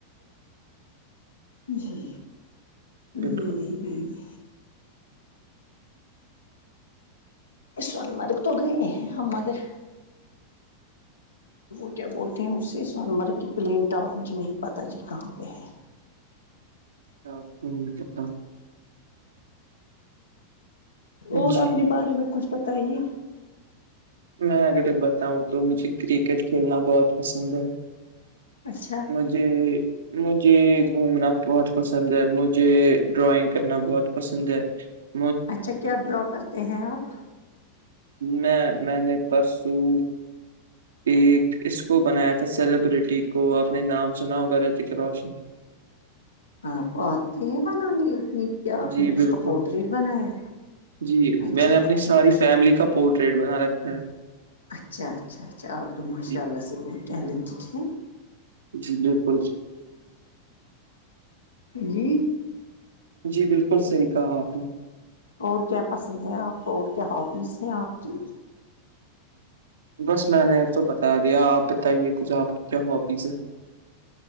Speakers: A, on the left (about 75°); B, on the right (about 70°).
A: جی
B: بالکل
A: میں نہیں د گا سون مرگ تو گئے ہیں ہم مگر وہ کیا بولتے ہیں اسے سون مرگ کی پلین ٹاپ مجھے نہیں پتا جی کہاں پہ ہے
B: آ
A: اور
B: جی
A: اپنے بارے میں کچھ بتائیے
B: میں اگر بتاؤں تو مجھے کرکٹ کھیلنا بہت پسند ہے
A: اچھا
B: جی مجھے گھومنا بہت پسند ہے مجھے ڈرائنگ کرنا بہت پسند ہے اچھا
A: اچھا کیا ڈرا کرتے ہیں آپ
B: میں میں نے پرسوں ایک اسکو بنایا تھا سیلیبرٹی کو اپنے نام سناؤ کر رہے تھے کہ روشن
A: آپ آتے ہیں بنانی اتنی کیا آپ
B: جی
A: نے اس
B: بالکل
A: کا پورٹریٹ بنایا
B: جی
A: اچھا
B: میں نے اپنی
A: اچھا
B: ساری
A: اچھا
B: فیملی کا پورٹریٹ بنا رکھا ہے
A: اچھا اچھا اچھا آپ تو ماشاء
B: جی
A: اللہ سے بہت ٹیلنٹیڈ ہیں
B: جی بالکل
A: جی
B: جی بالکل صحیح کہا آپ نے
A: اور کیا پسند ہے آپ کو اور کیا ہبیز ہیں آپ کی
B: بس میں نے تو بتا دیا آپ بتائیے کچھ آپ کی کیا ہبیز ہے